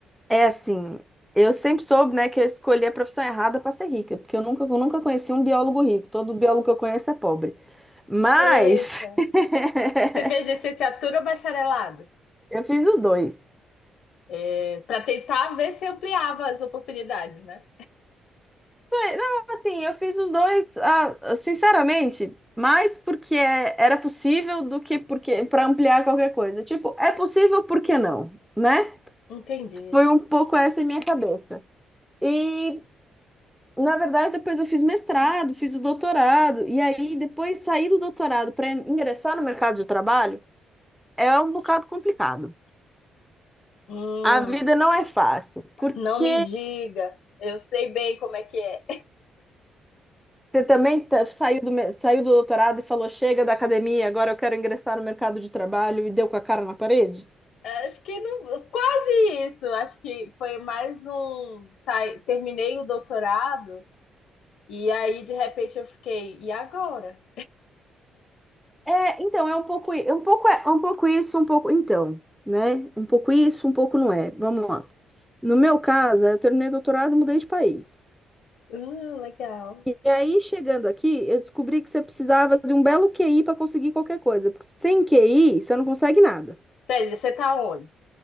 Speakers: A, in the centre; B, on the left (about 75°).
A: é assim, eu sempre soube, né, que eu escolhi a profissão errada para ser rica, porque eu nunca, eu nunca conheci um biólogo rico. Todo biólogo que eu conheço é pobre. Mas
B: Eita.
A: <laughs>
B: Você fez licenciatura ou bacharelado?
A: eu fiz os dois.
B: É, para tentar ver se ampliava as oportunidades, né?
A: Só- Não, assim, eu fiz os dois, ah, sinceramente, mais porque é- era possível do que porque para ampliar qualquer coisa. Tipo, é possível, por que não, né?
B: Entendi.
A: Foi um pouco essa a minha cabeça. E, na verdade, depois eu fiz mestrado, fiz o doutorado, e aí depois sair do doutorado para ingressar no mercado de trabalho é um bocado complicado.
B: Hum,
A: A vida não é fácil, porque
B: não me diga. Eu sei bem como é que é.
A: você também tá- saiu do, me- saiu do doutorado e falou: chega da academia, agora eu quero ingressar no mercado de trabalho e deu com a cara na parede.
B: Acho que não, quase isso. Acho que foi mais um. sai- terminei o doutorado e aí de repente eu fiquei. E agora?
A: É, então, é um pouco, i- é um pouco, é, é um pouco isso, um pouco. Então, né? Um pouco isso, um pouco não é. Vamos lá. No meu caso, eu terminei doutorado e mudei de país.
B: Hum, legal.
A: E aí, chegando aqui, eu descobri que você precisava de um belo QI para conseguir qualquer coisa, porque sem QI, você não consegue nada.
B: Tese, você tá onde?